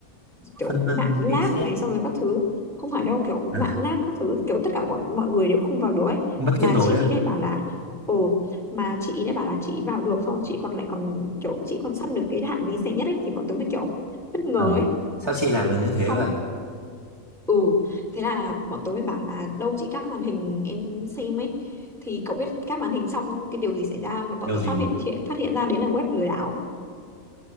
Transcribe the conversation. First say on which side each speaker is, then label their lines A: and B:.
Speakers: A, in the centre; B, on the right.
A: kiểu
B: Phân
A: mạng
B: vân
A: lag
B: suy xét.
A: này xong rồi các thứ không phải đâu kiểu
B: À,
A: mạng lag các thứ kiểu tất cả bọn mọi người đều không vào được ấy
B: mất
A: mà
B: kết nối
A: chị ý
B: à?
A: lại bảo là ồ mà chị ý lại bảo là chị ý vào được xong rồi chị còn lại còn kiểu chị còn săn được cái hạng vé rẻ nhất ấy thì bọn tớ mới kiểu bất ngờ
B: Ờ,
A: ấy
B: Sao chị làm được như thế
A: xong
B: vậy?
A: ừ thế là bọn tớ mới bảo là đâu chị các màn hình em xem ấy thì cậu biết các màn hình xong cái điều gì xảy ra không là bọn
B: Điều
A: tớ
B: gì
A: phát hiện phát hiện ra đấy là web lừa đảo